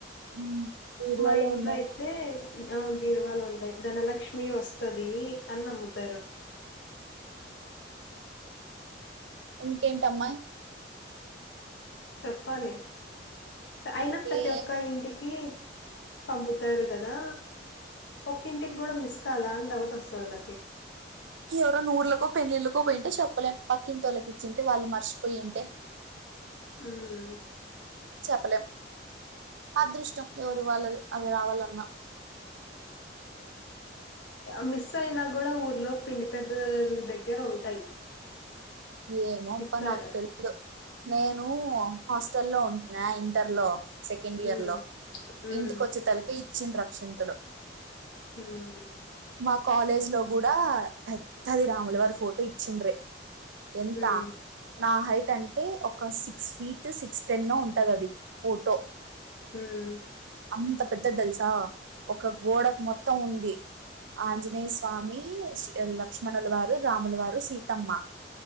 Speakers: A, on the right; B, on the left.
A: ఉమ్. బీరువాలో
B: మా ఇంట్లో
A: ఉన్నాయి
B: అయితే ఆ బీరువాలో ఉంటాయి ధనలక్ష్మి వస్తది అని నమ్ముతారు
A: ఇంకేంటమ్మాయి
B: చెప్పాలి అయినా ప్రతి
A: ఏ
B: ఒక్క ఇంటికి పంపుతారు కదా ఒక ఇంటికి కూడా మిస్ కాదా అని డౌట్ వస్తది నాకి
A: ఎవరన్నా ఊళ్ళకో పెళ్లిళ్లకో పోయింటే చెప్పలేం పక్కింటోళ్ళకి ఇచ్చింటే వాళ్ళు మర్చిపోయింటే
B: ఉమ్..
A: చెప్పలేం అదృష్టం ఎవరు వాళ్ళది అవి రావాలన్నా
B: మిస్ అయినా కూడా ఊర్లో పిండి పెద్ద దగ్గర ఉంటాయి
A: ఏమోబ్బా
B: ఇస్తారు
A: నాకు తెలీదు నేను హాస్టల్ లో ఉంటున్నా ఇంటర్ లో సెకండ్ ఇయర్
B: ఉమ్
A: లో
B: ఉమ్
A: ఇంటికి వచ్చే తలకి శ్చిం రక్షంతులు <inaudible>
B: హుమ్మ్
A: మా కాలేజ్ లో కూడా పెద్దది రాములు వారి ఫోటో ఇచ్చిండ్రే ఎంత
B: ఉమ్
A: నా హైట్ అంటే ఒక సిక్స్ ఫీట్ సిక్స్ టెన్ ఉంటది అది ఫోటో
B: హుమ్
A: అంత పెద్దది తెలుసా ఒక గోడకు మొత్తం ఉంది, ఆంజనేయ స్వామి లక్ష్మణుల వారు రాముల వారు సీతమ్మ.